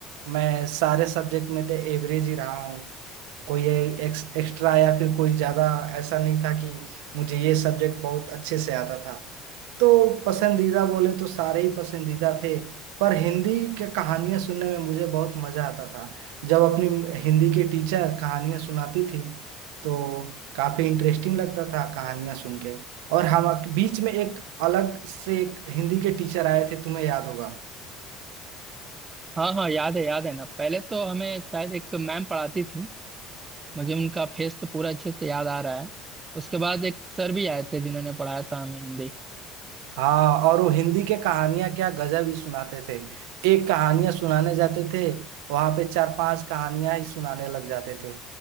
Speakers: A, on the right; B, on the right.
A: मैं सारे सब्जेक्ट में तो एवरेज ही रहा हूँ कोई एक्स, एक्स्ट्रा या फिर कोई ज्यादा ऐसा नहीं था कि मुझे ये सब्जेक्ट बहुत अच्छे से आता था तो पसंदीदा बोले तो सारे ही पसंदीदा थे पर हिंदी के कहानियां सुनने में मुझे बहुत मजा आता था जब अपनी हिंदी के टीचर कहानियां सुनाती थी तो काफी इंटरेस्टिंग लगता था कहानियां सुन के और हम बीच में एक अलग से एक हिंदी के टीचर आए थे तुम्हें याद होगा
B: हाँ हाँ याद है याद है ना पहले तो हमें शायद एक मैम पढ़ाती थी मुझे उनका फेस तो पूरा अच्छे से याद आ रहा है उसके बाद एक सर भी आए थे जिन्होंने पढ़ाया था हमें हिंदी
A: हाँ और वो हिंदी के कहानियां क्या गजब ही सुनाते थे एक कहानियां सुनाने जाते थे वहां पे चार पांच कहानियां ही सुनाने लग जाते थे